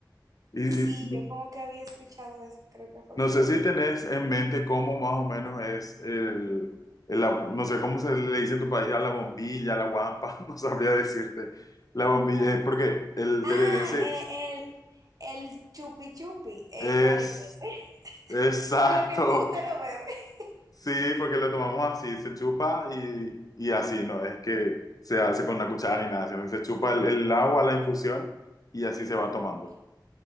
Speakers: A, on the left; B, on the right.
A: Y, y
B: Sí, yo como que había escuchado eso, creo que fue
A: No
B: que
A: sé
B: lo
A: si
B: vi.
A: tenés en mente cómo más o menos es el, el la- no sé cómo se le dice en tu país a la bombilla, a la guampa, <laughs> no sabría decirte. La bombilla
B: La-
A: es porque el
B: Ah,
A: tereré se-
B: eh, el, el chupi chupi, el
A: es
B: caliente, <laughs>
A: exacto,
B: con lo que tú te lo bebes.
A: sí, porque lo tomamos así, se chupa y, y así, no es que se hace con una cuchara ni nada, sino que se chupa el, el agua, la infusión y así se
B: Ok,
A: va tomando.